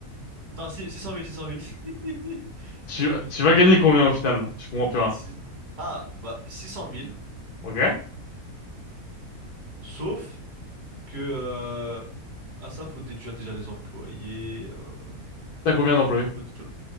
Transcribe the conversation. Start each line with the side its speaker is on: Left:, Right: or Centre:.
Right: Non, six- 600 000, six cent mille <laughs>
Left: Tu,
Right: six cent
Left: vas-
Right: mille Six-
Left: tu
Right: cent
Left: vas
Right: mille.
Left: gagner combien au final? Je comprends plus rien.
Right: Si- Ah, bah, six cent mille.
Left: Ok.
Right: sauf que... euh, Ah ça, faut déduire déjà les employés. euh,
Left: T'as combien d'employés?
Right: faut déduire-